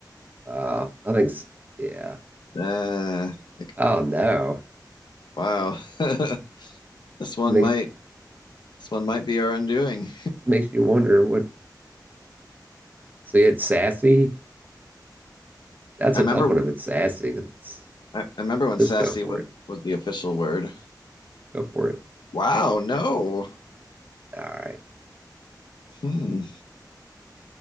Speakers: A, on the right; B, on the left.
A: Uh I think yeah.
B: Uh, like,
A: Oh no.
B: wow, <laughs> this one
A: Makes
B: might this one might be our undoing.
A: makes you wonder what. So you had sassy. That's
B: I
A: a
B: remember
A: tough
B: when
A: one if it's sassy, It's,
B: I, I remember when
A: just
B: sassy
A: go for
B: was
A: it.
B: was the official word.
A: Go for it.
B: Wow, no,
A: All right.
B: hmm,